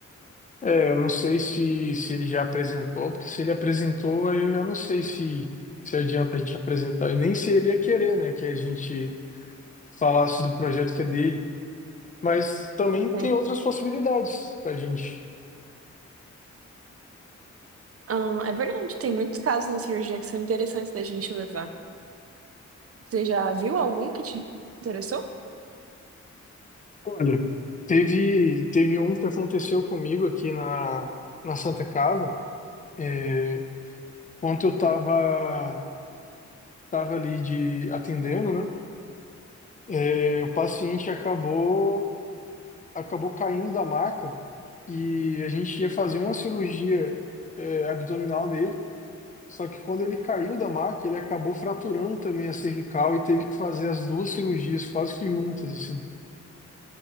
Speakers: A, on the left; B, on the right.
A: Eu não sei se, se ele já apresentou, porque se ele apresentou, aí eu já não sei se, se adianta a gente apresentar, e nem se ele ia querer, né, que a gente falasse do projeto que é dele. Mas também tem
B: É.
A: outras possibilidades para a gente.
B: Ah, é verdade, tem muitos casos na cirurgia que são interessantes da gente levar. Você já viu algum que te interessou?
A: Olha, teve, teve um que aconteceu comigo aqui na, na Santa Casa. É, ontem eu estava tava tava ali de atendendo, né? É, o paciente acabou, acabou caindo da maca. e a gente ia fazer uma cirurgia é, abdominal nele. Só que quando ele caiu da maca, ele acabou fraturando também a cervical e teve que fazer as duas cirurgias quase que juntas, assim.